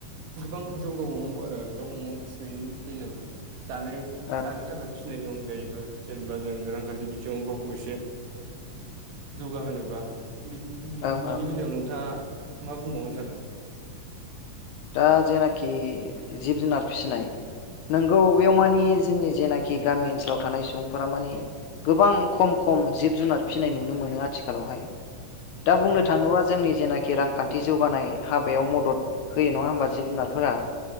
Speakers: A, on the right; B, on the left.
A: गोबां जौगाबावनांगौ आरो दाउ अमा फिसिनायनि बेलायावथ' जानाय
B: औ
A: जानो थाखाय फिसिनायनि अनगायैबो जेनेबा जों रांखान्थि बिथिङाव बाव बसे जौगाहोनोबा बिनि
B: औ औ
A: बेलायाव नोंथाङा मा बुंबावनो सानो।
B: दा जेनाखि जिब-जुनार फिसिनाय नोंगौ बेयाव
A: उम
B: मानि जोंनि जेनाखि खि गामि ओनसोलाव थानाय सुबुंफोरा मानि गोबां खम खम जिब जुनार फिसिनाय नुनो मोनो आथिखालावहाय। दा
A: उम
B: बुंनो थाङोबा जोंनि जेनाखि रांखान्थि जौगानाय हाबायाव मदद होयो नङा होमबा जिब जुनारफोरा